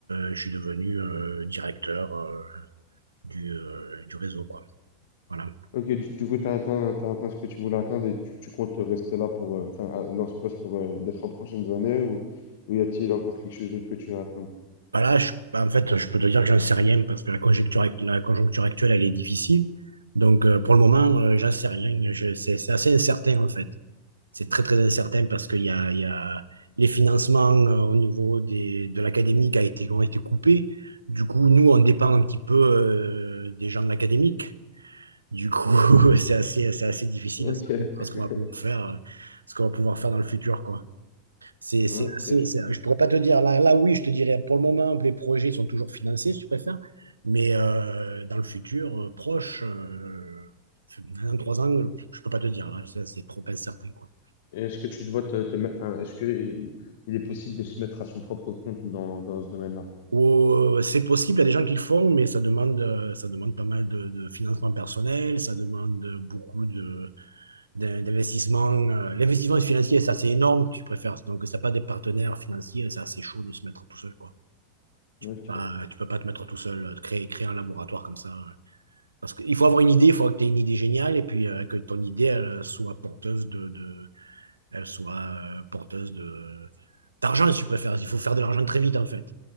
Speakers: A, on the right (about 75°); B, on the left (about 55°).
A: euh, je suis devenu euh, directeur euh, du, euh, du réseau, quoi. Voilà.
B: Ok, du, du coup, tu as atteint, t'as atteint ce que tu voulais atteindre et tu, tu comptes rester là pour, euh, enfin, à- dans ce poste pour euh, les trois prochaines années ou, ou y a-t-il encore quelque chose d'autre que tu veux atteindre?
A: Bah là, je- bah, en fait, je peux te dire que j'en sais rien parce que la conjecture, act- la conjoncture actuelle, elle est difficile. Donc, euh, pour le moment, euh, j'en sais rien. Je- c'est c'est assez incertain, en fait. C'est très, très incertain parce qu'il y a, il y a les financements euh, au niveau des, de l'académique a été, ont été coupés. Du coup, nous, on dépend un petit peu euh, des gens de l'académique. Du coup, <laughs> c'est assez, c'est assez difficile
B: Ok,
A: de savoir
B: <laughs>
A: ce qu'on va pouvoir faire, euh, ce qu'on va pouvoir faire dans le futur, quoi. C'est, c'est
B: ok.
A: assez- c'est- je pourrais pas te dire, là, là oui, je te dirais, pour le moment, les projets sont toujours financés, si tu préfères, mais euh, dans le futur, euh, proche, euh, dans trois ans, euh, je peux pas te dire, là, ça, c'est trop incertain, quoi.
B: Et Est-ce que tu te vois te, te mettre, enfin, est-ce que il il est possible de se mettre à son propre compte dans, dans ce domaine-là?
A: Ou, euh, c'est possible, il y a des gens qui le font, mais ça demande, euh, ça demande pas mal de, de financement personnel, ça demande beaucoup de, d'in- d'investissement. euh, L'investissement financier, ça, c'est énorme, tu préfères. Donc, si t'as pas des partenaires financiers, c'est assez chaud de se mettre tout seul, quoi. Tu
B: Ok.
A: peux pas, tu peux pas te mettre tout seul, euh, créer, créer un laboratoire comme ça. euh. Parce qu'il faut avoir une idée, il faut que tu aies une idée géniale et puis euh, que ton idée, elle euh, soit porteuse de, de- elle soit euh, porteuse de d'argent, si tu préfères. Il faut faire de l'argent très vite, en fait.